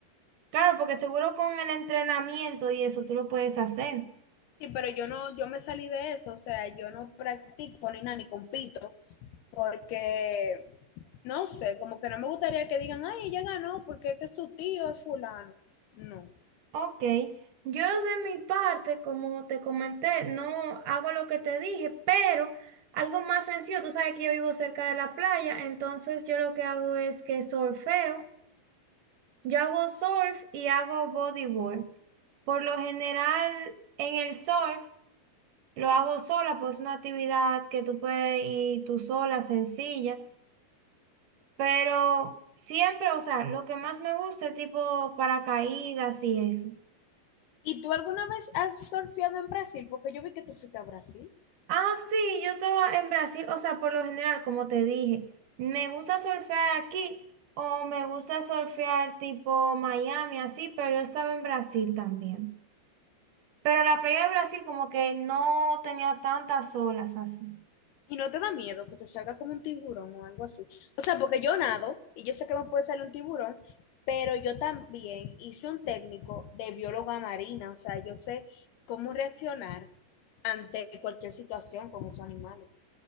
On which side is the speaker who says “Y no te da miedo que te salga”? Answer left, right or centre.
Left